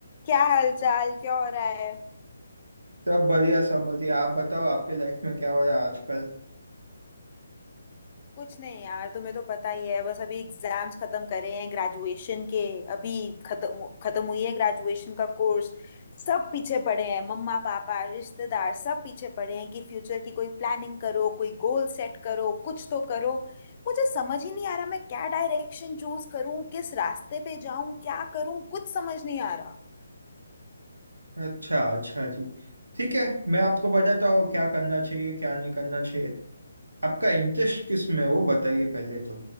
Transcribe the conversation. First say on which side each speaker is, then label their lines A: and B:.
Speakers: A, on the left; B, on the right.
A: क्या हाल चाल क्या हो रहा है
B: सब बढ़िया सब बढ़िया आप बताओ आपके लाइफ में क्या हो रहा है आजकल
A: कुछ नहीं यार तुम्हें तो पता ही है बस अभी एग्जाम्स खत्म करे हैं ग्रेजुएशन के अभी खत्म खत्म हुई है ग्रेजुएशन का कोर्स सब पीछे पड़े हैं मम्मा पापा रिश्तेदार सब पीछे पड़े हैं कि फ्यूचर की कोई प्लानिंग करो कोई गोल सेट करो कुछ तो करो मुझे समझ ही नहीं आ रहा मैं क्या डायरेक्शन चूज करूं किस रास्ते पे जाऊं क्या करूं कुछ समझ नहीं आ रहा
B: अच्छा अच्छा जी ठीक है मैं आपको बताता हूँ क्या करना चाहिए क्या नहीं करना चाहिए आपका इंटरेस्ट किस में है, वो बताइए पहले तो